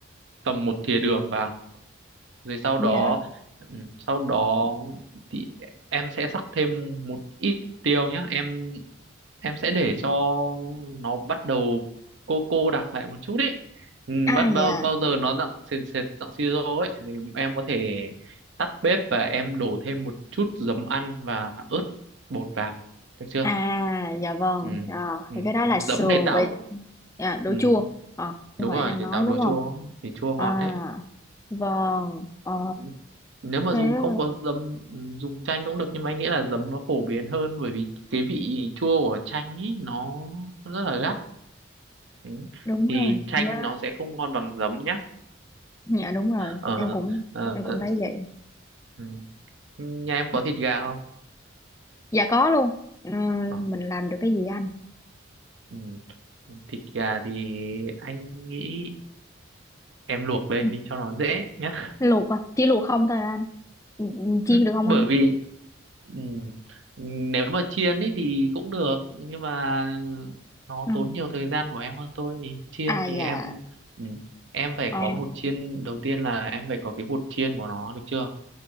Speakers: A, on the right; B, on the left.
A: tầm một thìa đường vào rồi sau
B: dạ
A: đó ừ, sau đó thì em sẽ rắc thêm một ít tiêu nhá em em sẽ để cho nó bắt đầu cô cô đặc lại một chút ấy ừ,
B: à
A: bắt bao
B: dạ
A: bao giờ nó dạng sệt sệt dạng siro ấy thì em có thể tắt bếp và em đổ thêm một chút giấm ăn và ớt bột vào được chưa
B: à dạ vâng
A: ừ.
B: à,
A: Ừ.
B: thì cái đó là sườn
A: giấm để tạo
B: với dạ, đồ
A: ừ.
B: chua ờ
A: đúng
B: như hồi
A: rồi
B: nãy anh
A: để
B: nói
A: tạo đồ
B: đúng
A: chua
B: không
A: thì chua ngọt
B: à
A: đấy
B: vâng ờ
A: ừ. nếu mà
B: thế
A: dùng không có dấm dùng chanh cũng được nhưng mà anh nghĩ là dấm nó phổ biến hơn bởi vì cái vị chua của chanh ý nó nó rất là gắt ừ.
B: đúng
A: thì
B: rồi
A: chanh
B: dạ
A: nó sẽ không ngon bằng dấm nhá
B: dạ đúng rồi
A: ờ,
B: em cũng
A: ờ,
B: em cũng thấy vậy
A: ừ. nhà em
B: Ờ,
A: có thịt gà không
B: dạ có luôn Ờ,
A: ờ,
B: mình làm được cái gì anh
A: ừ. thịt gà thì anh nghĩ em luộc lên
B: Ừ.
A: đi cho nó dễ nhá
B: luộc à chỉ luộc không thôi à anh Ừ, ừ, chiên
A: Ừ,
B: được không
A: bởi
B: anh
A: vì ừ, nếu mà chiên ấy thì cũng được nhưng mà nó
B: à,
A: tốn nhiều thời gian của em hơn thôi thì chiên
B: à
A: thì
B: dạ
A: em ừ, em phải
B: ờ
A: có bột chiên đầu tiên là em phải có cái bột chiên của nó được chưa